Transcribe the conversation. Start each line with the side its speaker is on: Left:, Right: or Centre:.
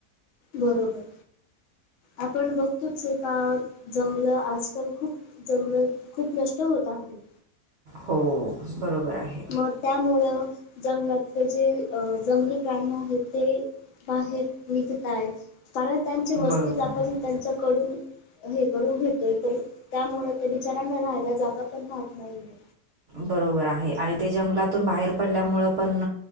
Left: बरोबर आपण बघतोच आहे का जंगल आजकाल खूप जंगल खूप नष्ट होत आहेत.
Right: हो बरोबर आहे.
Left: मग त्यामुळं जंगलातले जे अ जंगली प्राणी आहेत ते बाहेर निघत आहेत कारण त्यांची वस्ती
Right: बरोबर
Left: आपण
Right: आहे
Left: त्यांच्याकडून हे करून घेतोय तर त्यामुळे त्या बिचऱ्यांना राहायला जागा पण राहत नाहीये.
Right: बरोबर आहे आणि ते जंगलातून बाहेर पडल्यामुळं पण